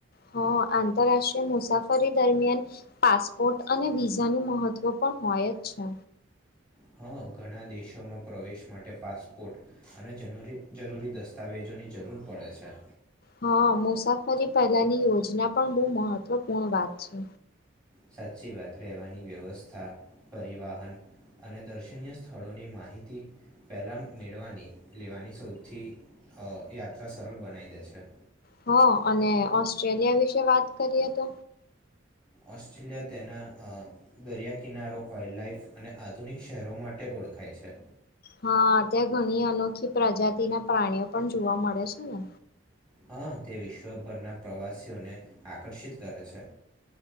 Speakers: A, on the left (about 50°); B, on the right (about 20°).
A: હ આંતરરાષ્ટ્રીય મુસાફરી દરમિયાન પાસપોર્ટ અને વિઝાનું મહત્વ પણ હોય જ છે.
B: હા ઘણા દેશોમાં પ્રવેશ માટે પાસપોર્ટ અને જરી જરૂરી દસ્તાવેજોની જરૂર પડે છે.
A: હા મુસાફરી પહેલાની યોજના પણ બહુ મહત્વપૂર્ણ વાત છે.
B: સાચી વાત રહેવાની વ્યવસ્થા પરિવાહન અને દર્શનીય સ્થળોની માહિતી પહેલા મેળવાની લેવાની સૌથી યાત્રા અ સરળ બનાવી દે છે.
A: હ અને ઓસ્ટ્રેલિયા વિશે વાત કરીએ તો.
B: ઓસ્ટ્રેલિયા તેના દરિયા કિનારો વાઇલ્ડ લઇફ અને આધુનિક શહેરો માટે ઓળખાય છે.
A: હા ત્યાં ઘણી અનોખી પ્રજાતિના પ્રાણીઓ પણ જોવા મળે છે ને.
B: હા તે વિશ્વભરના પ્રવાસીઓને, આકર્ષિત કરે છે.